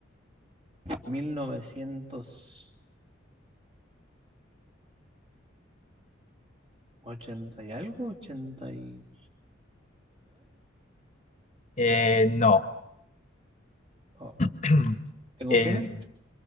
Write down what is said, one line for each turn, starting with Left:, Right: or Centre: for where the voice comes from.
Right: mil novecientos ochenta y algo, 89.
Left: Eh, no.
Right: Oh,
Left: <clears throat>
Right: ¿tengo
Left: El-
Right: opciones?